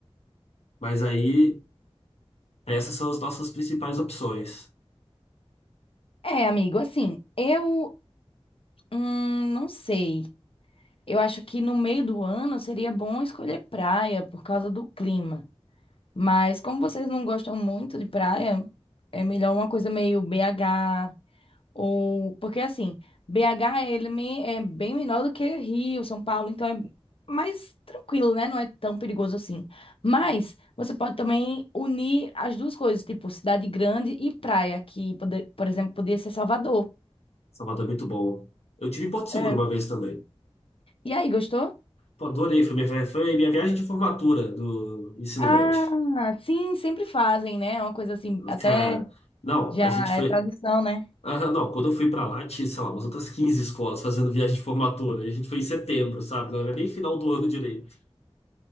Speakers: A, on the left; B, on the left.
A: mas aí essas são as nossas principais opções.
B: É, amigo, assim, eu hum, não sei. Eu acho que no meio do ano seria bom escolher praia por causa do clima. Mas como vocês não gostam muito de praia, é melhor uma coisa meio BH ou porque assim, BH ele me- é bem menor do que Rio, São Paulo, então é mais tranquilo, né? Não é tão perigoso assim. Mas você pode também unir as duas coisas, tipo cidade grande e praia, que pode- por exemplo, podia ser Salvador.
A: Salvador é muito bom. Eu tive em Porto Seguro
B: É.
A: uma vez também.
B: E aí, gostou?
A: Pô, adorei. Foi minha, foi minha viagem de formatura do ensino
B: Ah,
A: médio.
B: sim, sempre fazem, né? É Uma coisa assim, até
A: Cara, não,
B: já
A: a gente foi.
B: é tradição, né?
A: Aham, não, quando eu fui pra lá, tinha, sei lá, umas outras 15 escolas fazendo viagem de formatura. E a gente foi em setembro, sabe? Não era nem final do ano direito.